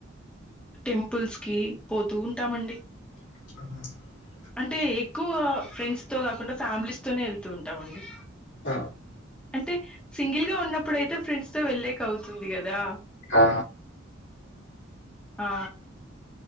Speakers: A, in the centre; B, on the left.
A: టెంపుల్స్ కి పోతూ ఉంటామండి
B: అవు
A: అంటే ఎక్కువ ఫ్రెండ్స్ తో కాకుండా ఫ్యామిలీస్ తోనే వెళ్తూ ఉంటామండి
B: ఆ
A: అంటే సింగిల్ గా ఉన్నప్పుడుయితే ఫ్రెండ్స్ తో వెళ్లేకవుతుంది కదా
B: ఆ
A: ఆ